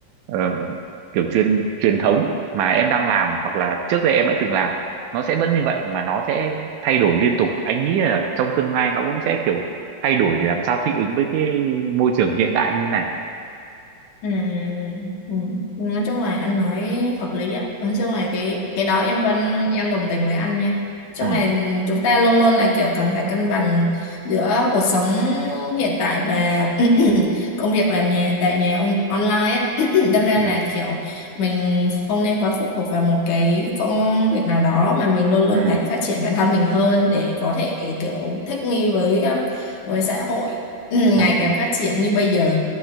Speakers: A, on the right; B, on the left.
A: ờ, kiểu truyền truyền thống mà em đang làm hoặc là trước đây em đã từng làm nó sẽ vẫn như vậy mà nó sẽ thay đổi liên tục anh nghĩ là trong tương lai nó cũng sẽ kiểu thay đổi để làm sao thích ứng với cái môi trường hiện đại như này
B: Ừ, ừ. Nói chung là anh nói hợp lý á nói chung là cái cái đó em quan em đồng tình với anh nha nói chung
A: ừ
B: là chúng ta luôn luôn là kiểu cần phải cân bằng giữa cuộc sống hiện tại và <clears throat> công việc làm nhà tại nhà on online á <clears throat> đâm ra
A: ừ
B: là kiểu mình không nên quá phụ thuộc vào một cái công việc nào đó mà mình luôn luôn
A: ừ
B: phải phát triển bản thân mình hơn để có thể kiểu thích nghi với um, với xã hội <clears throat> ngày
A: ừ ừ
B: càng phát triển như bây giờ